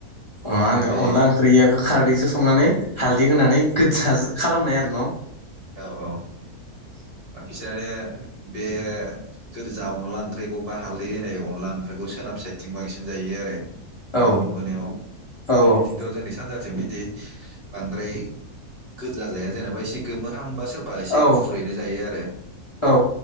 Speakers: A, on the left; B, on the right.
A: मा
B: माने
A: होनो
B: बै
A: अनला ओंख्रिआखो खारदै सो संनानै हालदै होनानै गोजा खालामनाय आरो न'
B: औ औ बांसिनानो बे गोरजा अनला ओंख्रिखौ बा हालदै होनाय अनला ओंख्रिखौ सोनाब साइदथिं बांसिन जायो आरो
A: औ
B: आं नुबोनायाव
A: औ
B: बे बिथिंथ' जोंनि सानजा जों बिदि बांद्राय गोजा जाया जेनेबा एसे गोमोहां बा सोरबा एसे
A: औ
B: गुफुरैनो जायो आरो
A: औ